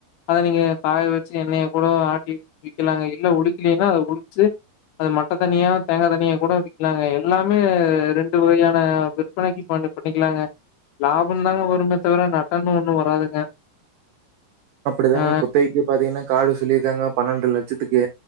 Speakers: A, on the left; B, on the right.
A: அத நீங்க காய வச்சு எண்ணெய கூட ஆட்டி விக்கலாங்க இல்ல உழிக்கலன்னா அத உழிச்சு அத மட்ட தனியா தேங்கா தண்ணியா கூட வி க்கிலாங்க எல்லாமே ரெண்டு வகையான விற்பனைக்கு பண்ணி பண்ணிக்கிலாங்க லாபன்னுதா வருமே தவிர நட்டன்னு ஒண்ணு வராதுங்க
B: அப்டித்தாங்க
A: ஆ
B: குத்தகைக்கு பாத்தீங்கன்னா காடு சொல்லிருக்காங்க பன்னெண்டு லட்சத்துக்கு